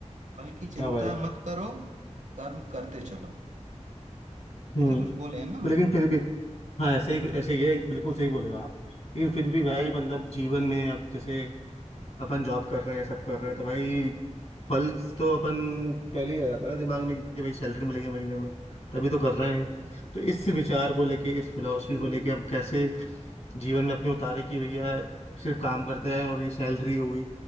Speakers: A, on the right; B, on the left.
A: फल की चिंता
B: हाँ भाई
A: मत करो कर्म करते चलो
B: हम्म
A: ऐसा कुछ बोले है ना
B: तो लेकिन फिर भी हाँ ऐसे ही ऐसे ही है बिल्कुल सही बोले हो आप लेकिन फिर भी भाई मतलब जीवन में अब जैसे अपन जॉब कर रहे हैं सब कर रहे हैं तो भाई फल तो अपन पहले ही आ जाता है ना दिमाग में कि भाई सैलरी मिलेगी महीने में तभी तो कर रहे हैं तो इस विचार को लेके इस फिलॉसफी को लेके हम कैसे जीवन में अपने उतारे कि भैया सिर्फ काम करते हैं और ये सैलरी हुई